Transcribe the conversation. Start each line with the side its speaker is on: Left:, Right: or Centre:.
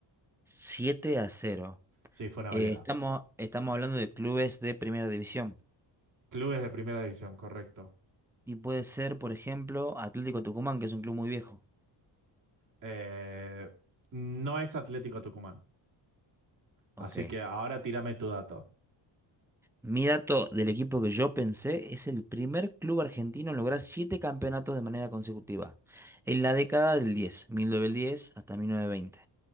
Centre: Siete a cero.
Right: Sí, fue una goleada.
Centre: Eh, estamos, estamos hablando de clubes de primera división.
Right: Clubes de primera división, correcto.
Centre: Y puede ser, por ejemplo, Atlético Tucumán, que es un club muy viejo.
Right: Eh, no es Atlético Tucumán.
Centre: Ok.
Right: Así que ahora tírame tu dato.
Centre: Mi dato del equipo que yo pensé es el primer club argentino en lograr siete campeonatos de manera consecutiva, en la década del diez mil novecientos diez hasta 1920.